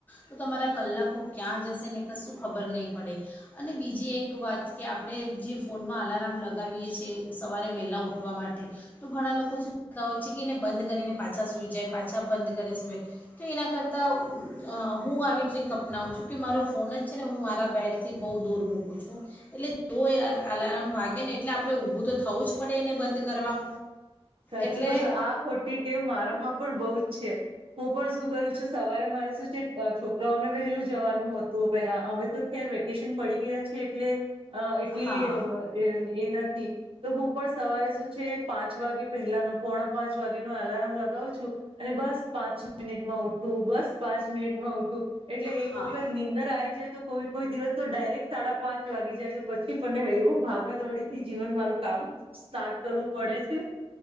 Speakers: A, on the left; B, on the right.
A: તો તમારા કલાકો ક્યાં જશે ને કશું ખબર નહીં પડે, અને બીજી એક વાત કે, આપણે જે ફોનમાં અલારામ લગાવીએ છીએ સવારે વહેલા ઉઠવા માટે, તો ઘણા લોકો શું કરતા હોય છે કે એને બંધ કરીને પાછા સૂઈ જાય પાછા બંધ કરે સૂએ, તો એના કરતાં હું આવી ટ્રીક અપનાવું છું કે મારો ફોન જ છે ને હું મારા બેડથી બહુ દૂર મૂકું છું. એટલે જો એલેરામ વાગે એને એટલે આપણે ઊભું તો થવું જ પડે એને બંધ કરવા.
B: સાચું
A: એટલે
B: કવ છું આ ખોટી ટેવ મારામાં પણ બહુ જ છે. હું પણ શું કરું જો સવારે મારે શું છે છોકરાઓને વહેલું જવાનું હતું પેલા હવે તો ખેર વેકેશન પડી ગયા છે એટલે અ એટલી
A: હા
B: અ એ નથી. તો હું પણ સવારે શું છે પાંચ વાગે પહેલાનો પોણા પાંચ વાગે નો અલાર્મ લગાવું છું, અને બસ પાંચ મિનિટમાં ઊઠું બસ પાંચ મિનિટમાં ઊઠું. એટલે એક
A: હા
B: વખત નીંદર આવી જાય તો કોઈ કોઈ દિવસ તો ડાયરેક્ટ સાડા પાંચ વાગી જાય પછી પણને એવું ભાગાદોડી થી જીવન મારું કામ સ્ટાર્ટ કરવું પડે છે.